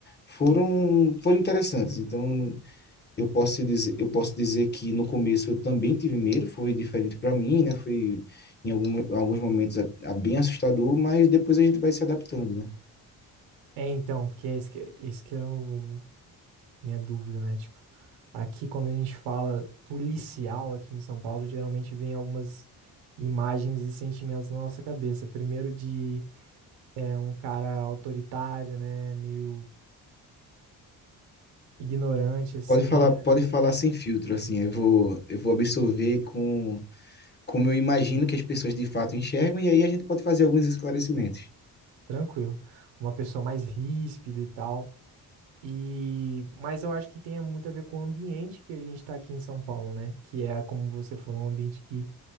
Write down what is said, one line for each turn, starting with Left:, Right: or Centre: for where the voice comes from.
Left: foram, foram interessantes. Então, eu posso te dizer, eu posso dizer que no começo eu também tive medo, foi diferente para mim, né? Foi em algum, alguns momentos a, a bem assustador, mas depois a gente vai se adaptando, né?
Right: É, então, porque é esse que, esse que era o, minha dúvida, né? Tipo, aqui quando a gente fala policial aqui em São Paulo, geralmente vem algumas imagens e sentimentos na nossa cabeça. Primeiro de é, um cara autoritário, né? Meio ignorante, assim,
Left: Pode falar,
Right: né?
Left: pode falar sem filtro, assim, eu vou, eu vou absorver com como eu imagino que as pessoas de fato enxergam, e aí a gente pode fazer alguns esclarecimentos.
Right: Tranquilo. Uma pessoa mais ríspida e tal. E, mas eu acho que tem muito a ver com o ambiente que a gente tá aqui em São Paulo, né? Que é, como você falou, um ambiente que